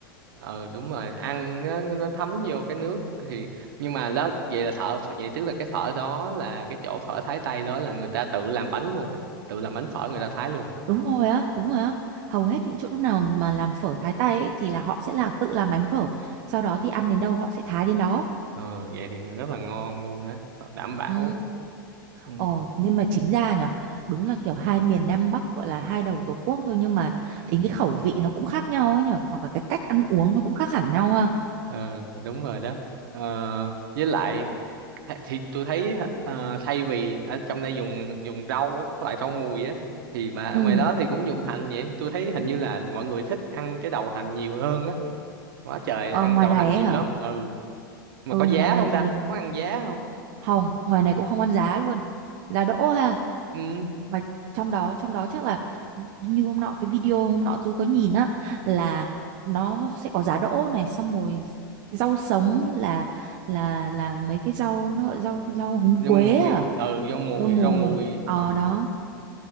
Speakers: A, on the right; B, on the right.
A: ờ đúng rồi ăn nó, nó thấm vô cái nước thì nhưng mà đó vậy là thợ phở- vậy tức là cái phở đó là cái chỗ phở Thái Tây đó là người ta tự làm bánh luôn hả tự làm bánh phở người ta thái luôn hả
B: Đúng rồi á, đúng rồi á. Hầu hết những chỗ nào mà làm phở thái tay ấy, thì là họ sẽ làm tự làm bánh phở. Sau đó thì ăn đến đâu họ sẽ thái đến đó.
A: ờ vậy thì rất là ngon luôn á đảm bảo
B: Ừ.
A: ừ
B: Ồ, nhưng mà chính ra nhở, đúng là kiểu hai miền Nam Bắc gọi là hai đầu Tổ quốc thôi nhưng mà đến cái khẩu vị nó cũng khác nhau ấy nhở, hoặc là cái cách ăn uống nó cũng khác hẳn nhau ha.
A: ờ đúng rồi đó ờ với lại Th- thì tôi thấy ờ, thay vì ở trong đây dùng dùng rau á, các loại rau mùi á thì mà ở
B: Ừ.
A: ngoài đó thì cũng dùng hành vậy tôi thấy hình như là mọi người thích ăn cái đầu hành nhiều hơn á quá trời
B: Ờ,
A: ăn
B: ngoài
A: đầu
B: này
A: hành
B: ấy
A: nhiều
B: hả?
A: lắm ừ mà
B: Ừ,
A: có giá
B: ngoài này
A: không
B: thì
A: ta có ăn giá không
B: không, ngoài này cũng không ăn giá luôn. Giá đỗ ha.
A: ừ
B: và trong đó trong đó chắc là như hôm nọ cái video hôm nọ tôi có nhìn á là nó sẽ có giá đỗ này xong rồi rau sống là là là mấy cái rau nó gọi rau rau húng
A: rau
B: quế
A: mùi
B: à
A: ừ rau mùi
B: rau ừ, mùi
A: rau mùi
B: ờ
A: ừ
B: ừ. đó